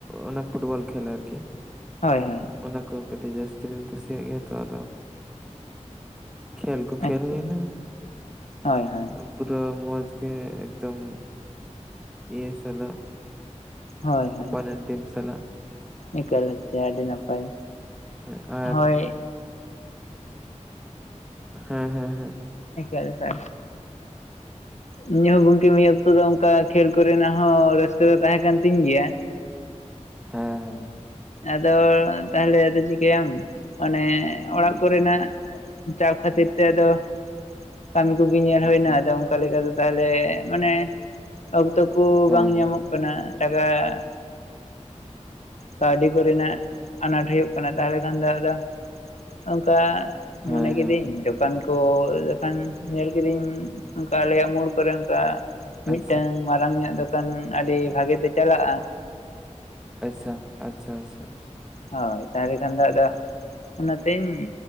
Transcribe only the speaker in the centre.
ᱚᱱᱮ ᱯᱷᱩᱴᱵᱚᱞ ᱠᱷᱮᱞ ᱟᱨᱠᱤ᱾
ᱚᱱᱟ ᱠᱚ ᱠᱟᱹᱴᱤᱡ ᱡᱟᱹᱥᱛᱤ ᱞᱤᱧ ᱠᱩᱥᱤᱭᱟᱜ ᱜᱮᱭᱟ ᱛᱚ ᱟᱫᱚ᱾ ᱠᱷᱮᱞ ᱠᱚ ᱠᱷᱮᱞ
ᱦᱩᱭ ᱱᱟ᱾
ᱯᱩᱨᱟᱹ ᱢᱚᱡᱽ ᱜᱮ ᱮᱠᱫᱚᱢ᱾ ᱤᱭᱟᱹ ᱥᱟᱞᱟᱜ᱾
ᱚᱯᱚᱱᱮᱱᱴ ᱴᱤᱢ ᱥᱟᱞᱟᱜ
ᱦᱮ ᱟᱨ᱾
ᱦᱮᱸ ᱦᱮᱸ ᱦᱮᱸ᱾
ᱦᱮᱸ ᱦᱮᱸ ᱮᱸ᱾
ᱟᱪᱪᱷᱟ
ᱦᱮᱸ
ᱦᱮᱸ
ᱦᱮᱸ
ᱦᱮᱸ
ᱟᱪᱪᱷᱟ
ᱟᱪᱪᱷᱟ ᱟᱪᱪᱷᱟ ᱟᱪᱪᱷᱟ ᱟᱪᱷᱟ᱾